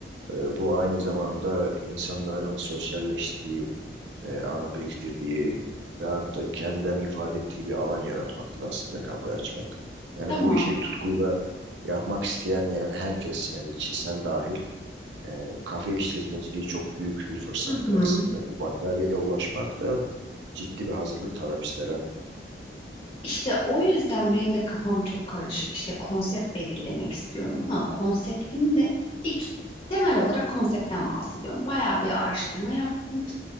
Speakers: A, on the right; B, on the left.
A: Ee, bu aynı zamanda insanların sosyalleştiği, e, anı biriktirdiği ve hatta kendilerini ifade ettiği bir alan yaratmaktır aslında kafayı açmak. Yani
B: tamam
A: bu işi tutkuyla yapmak isteyen yani herkes yani içi sen dahil e, kafe işletmeciliği çok büyük bir fırsattır
B: hı, hı.
A: aslında. Bu başarıya ulaşmak da ciddi bir hazırlık talep ister ha.
B: İşte o yüzden benim de kafam çok karışık. İşte konsept belirlemek istiyorum ama konseptim de ilk temel olarak konseptten bahsediyorum. Bayağı bir araştırma yaptım.